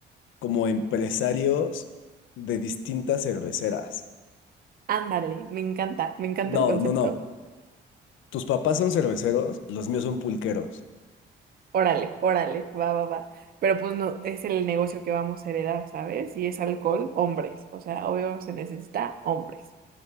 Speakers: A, on the left; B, on the right.
A: como empresarios de distintas cerveceras.
B: ándale, me encanta, me encanta
A: No,
B: el concepto.
A: no, no. Tus papás son cerveceros, los míos son pulqueros,
B: Órale, órale, va, va, va. Pero pues no, es el negocio que vamos a heredar, ¿sabes? Si es alcohol, hombres. O sea, obvio se necesita hombres.